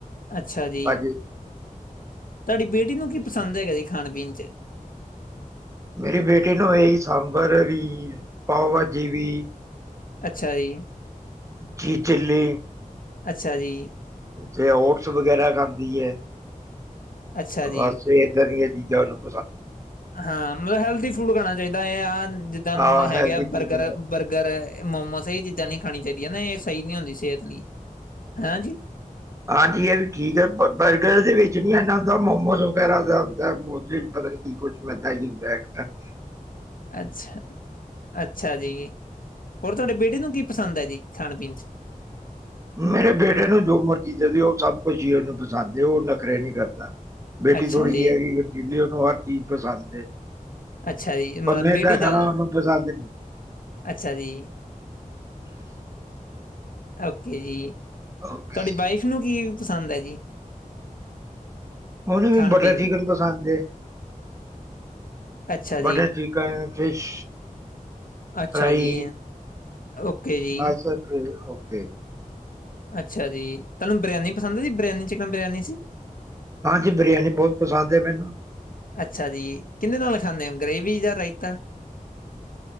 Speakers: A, on the left (about 75°); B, on the right (about 20°).
A: ਅੱਛਾ ਜੀ
B: ਭਾਜੀ
A: ਤੁਹਾਡੀ ਬੇਟੀ ਨੂੰ ਕੀ ਪਸੰਦ ਹੈਗਾ ਜੀ- ਖਾਣ ਪੀਣ 'ਚ?
B: ਮੇਰੀ ਬੇਟੀ ਨੂੰ ਇਹੀ ਸਾਂਬਰ ਵੀ, ਪਾਓ ਭਾਜੀ ਵੀ-
A: ਅੱਛਾ ਜੀ
B: ਚੀਜ਼ ਚਿੱਲੀ-
A: ਅੱਛਾ ਜੀ।
B: ਤੇ ਓਟਸ ਵਗੈਰਾ ਖਾਂਦੀ ਐ।
A: ਅੱਛਾ ਜੀ।
B: ਬਸ ਏਦਾਂ ਦੀਆਂ ਚੀ- <inaudible>
A: ਹਾਂ। ਮੈ ਹੈਲਦੀ ਫੂਡ ਖਾਣਾ ਚਾਹੀਦਾ <unintelligible> ਜਿੱਦਾਂ ਨ
B: ਆਹ
A: ਹੈਗੇ
B: ਹੈਲਦੀ
A: ਆ
B: ਫੂਡ
A: ਬਰਗਰ, ਬਰਗਰ। ਏ ਮੋਮੋਸ ਇਹ ਚੀਜ਼ਾਂ ਨਹੀਂ ਖਾਣੀ ਚਾਹੀਦੀਆਂ ਨਾ ਇਹ ਸਹੀ ਨਹੀ ਹੁੰਦੀ ਸਿਹਤ ਲਈ, ਹੈਂ ਜੀ।
B: ਹਾਂਜੀ ਇਹ ਵੀ ਠੀਕ ਹੈ ਬ-ਬਰਗਰ ਦੇ ਵਿੱਚ ਨੀ ਇਨਾ ਹੁੰਦਾ ਮੋਮੋਸ ਵਗੈਰਾ ਦਾ ਹੁੰਦਾ ਪਤਾ ਕੀ ਕੁਛ ਮੈਦਾ ਹੀ ਹੁੰਦਾ ਹੈ।
A: ਅੱਛਾ, ਅੱਛਾ ਜੀ ਹੋਰ ਤੁਹਾਡੇ ਬੇਟੇ ਨੂੰ ਕੀ ਪਸੰਦ ਹੈ ਜੀ? ਖਾਣ ਪੀਣ ਚ?
B: ਮੇਰੇ ਬੇਟੇ ਨੂੰ ਜੋ ਮਰਜ਼ੀ ਦੇਦੇਓ ਸਭ ਕੁਛ ਹੀ ਉਹਨੂੰ ਪਸਾਂਦੇ ਉਹ ਨਖਰੇ ਨੀ ਕਰਦਾ। ਬੇਟੀ
A: ਅੱਛਾ
B: ਥੋੜ੍ਹੀ
A: ਜੀ
B: ਜਿਹੀ ਹੈਗੀ ਖ਼ਰਚੀਲੀ ਉਹਨੂੰ ਹਰ ਚੀਜ਼ ਪਸੰਦ ਏ,
A: ਅੱਛਾ ਜੀ ਮਤਲਬ
B: ਪਰ ਮੈਦਾ
A: ਬੇਟੀ
B: ਖਾਣਾ
A: ਜ਼ਿਆਦਾ
B: ਉਹਨੂੰ ਪਸੰਦ ਨੀ।
A: ਅੱਛਾ ਜੀ। ਓਕੇ ਜੀ।
B: ਓਕੇ
A: ਤੁਹਾਡੀ ਵਾਈਫ ਨੂੰ ਕੀ ਪਸੰਦ ਹੈ ਜੀ।
B: ਉਹਨੂੰ ਵੀ
A: ਖਾਣ
B: ਬਟਰ
A: ਪੀਣ
B: ਚਿਕਨ ਪਸੰਦ ਏ।
A: ਅੱਛਾ ਜੀ
B: ਬਟਰ ਚਿਕਨ, ਫਿਸ਼,
A: ਅੱਛਾ
B: ਫਰਾਈ,
A: ਜੀ ਓਕੇ ਜੀ
B: ਬੱਸ ਏ ਹ <inaudible>
A: ਅੱਛਾ ਜੀ। ਤੁਹਾਨੂੰ ਬਿਰੀਆਨੀ ਪਸੰਦ ਹੈ, ਜੀ ਬਿਰਿਆਨੀ ਚ ਬਰਿਆਨੀ ਜੀ।
B: ਹਾਂਜੀ ਬਿਰਿਆਨੀ ਬਹੁਤ ਪਸੰਦ ਹੈ ਮੈਨੂੰ
A: ਅੱਛਾ ਜੀ ਕਿੰਦੇ ਨਾਲ ਖਾਂਦੇ ਹੋ ਗਰੇਵੀ ਵੀ ਜਾਂ ਰਾਇਤਾ?